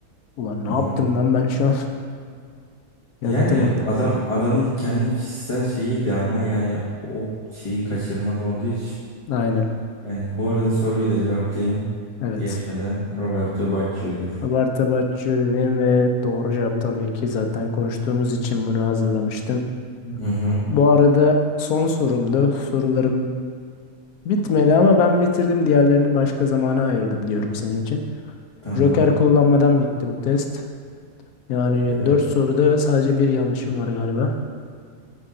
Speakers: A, on the left (about 80°); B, on the left (about 25°).
A: Ulan ne
B: Hı
A: yaptım
B: hı.
A: lan ben şu an? <laughs> Yaktım
B: Yani
A: orada.
B: adam adamın kendi kişisel şeyiydi ama yani o şeyi kaçırmak olduğu için.
A: Aynen.
B: Yani bu arada soruyu da cevaplayayım.
A: Evet.
B: Geçmeden Roberto Baggio'dur.
A: Abartı abartıyor dedim ve doğru cevap tabii ki zaten konuştuğumuz için bunu hazırlamıştım.
B: Hı hı.
A: Bu arada son sorumdu. Sorularım bitmedi ama ben bitirdim. Diğerlerini başka zamana ayırdım diyorum senin için.
B: Tamam.
A: Joker kullanmadan bitti bu test. Yani
B: Evet.
A: 4 soruda sadece bir yanlışım var galiba.